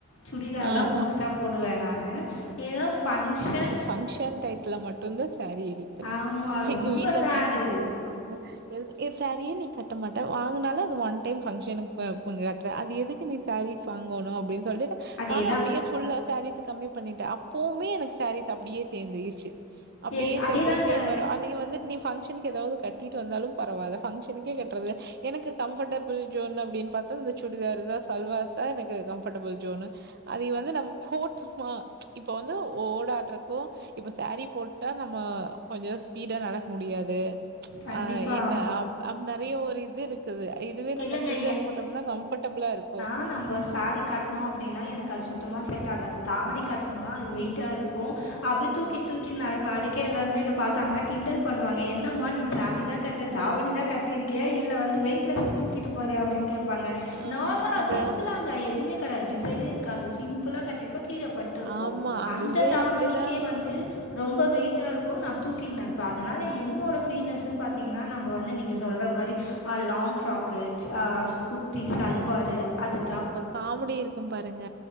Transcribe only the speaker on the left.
சுடிதார்தா
மோஸ்ட்டா
போடுவ நானு எதோ பங்க்ஷன்
ஆமாம்
ரொம்ப
ரேரு
அதே
தான்
எது
அதே தாங்க
கண்டிப்பாக
இல்லைங்க.
நம்ப சாரி கட்ணோ அப்டினா எனக்கு அது சுத்தமா செட் ஆகாது தாவணி கட்ணோனா அது வெய்ட்டா இரு க்கு அப்டே தூக்கி
தூக்கி நட ப்ப அதுக்கே எல்லாருமே என்ன பாத்தாங்கனா கிண்டல் பண்ணுவாங்க என்னமா நீ சாரி தா கட்ற தாவணி தா கட்டிரு கியா இல்ல வந்து வெயிட்லெஸ்ஸ தூக்கிட்டு போறியா அப்டின் கேப்பாங்க
நார்மலா
சிம்புளா லா எதுமே கடையாது டிசைனே இருக் காது சிம்பிளா கட்டிற்ப்ப கீழ பட்டு இருக்கு
அந்த தாவணிக்கே
வந்து ரொம்ப வெய்ட்டா இருக்கு நா தூக்கிட் நடப் சோ அதுனால என்னோட ஃப்ரீனஸுன் பாத்தீங்குனா நம்ம வந்து நீங்க சொல்ற மாரி அ லாங் ஃப்ராக் கு ஆ குர்த்தி சல்வாரு அதுதா